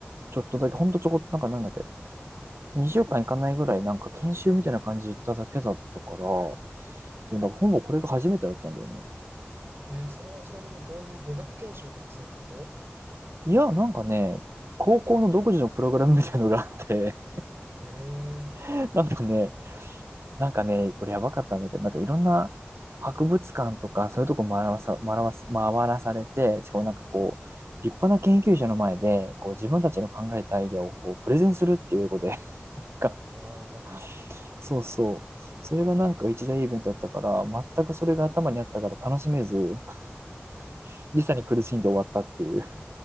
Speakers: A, on the right; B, on the right.
A: ちょっとだけ、ほんとちょこっと、なんかなんだっけ、2週間行かないぐらい、なんか研修みたいな感じで行っただけだったから、そう、だからほぼこれが初めてだったんだよね。
B: えー、それはちなみにどういう語学研修とかそういうこと
A: いや、なんかね、高校の独自のプログラムみたいなのがあって、
B: へえ、
A: <laughs> なんかね、なんかね、これやばかったんだけど、なんかいろんな博物館とか、そういうとこ回らさ、回らさ、回らされて、しかもなんかこう、立派な研究者の前で、こう自分たちの考えたアイデアをこうプレゼンするっていう英語でか、
B: ああ、
A: <laughs> そうそう。それがなんか一大イベントだったから、全くそれが頭にあったから楽しめず、<laughs> 時差に苦しんで終わったっていう